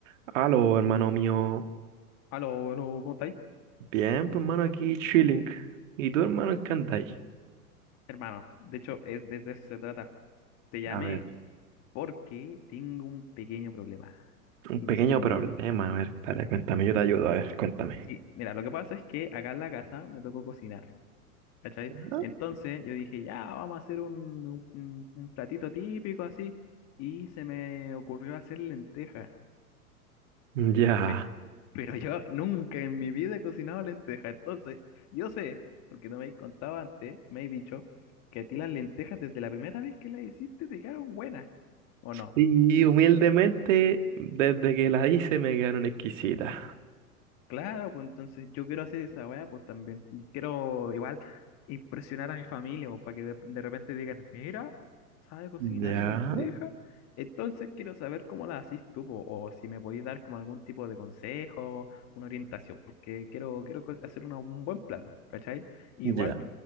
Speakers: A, on the right; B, on the left.
A: Aló, hermano mío.
B: Aló, aló, ¿cómo estáis?
A: Bien, pues, hermano, aquí chilling. ¿Y tú, hermano, en qué andáis?
B: Hermano, de hecho, es, de, de eso se trata. Te llamé
A: A ver.
B: porque tengo un pequeño problema
A: Un
B: y
A: pequeño
B: necesito que
A: problema.
B: me ayude.
A: A ver, dale, cuéntame, yo te ayudo. A ver, cuéntame.
B: Sí, mira, lo que pasa es que acá en la casa me tocó cocinar, ¿cachai?
A: Ah,
B: Entonces yo dije, ya, vamos a hacer un, un- un platito típico así, y se me ocurrió hacer lentejas.
A: Ya.
B: Pe- Pero yo nunca en mi vida he cocinado lentejas. Entonces, yo sé, porque no me habéis contado antes, me he dicho que a ti las lentejas desde la primera vez que las hiciste te quedaron buenas. ¿O no?
A: Sí, humildemente, desde que la hice me quedaron exquisitas.
B: Claro, pues entonces yo quiero hacer esa weá, pues también. Y Quiero igual impresionar a mi familia, pues, para que de, de repente digan, mira, sabes cocinar
A: Ya,
B: lentejas. Entonces quiero saber cómo las haces tú, po, o si me podéis dar como algún tipo de consejo, una orientación, porque quiero, quiero co- hacer una- un buen plato, ¿cachai? Igual
A: ya.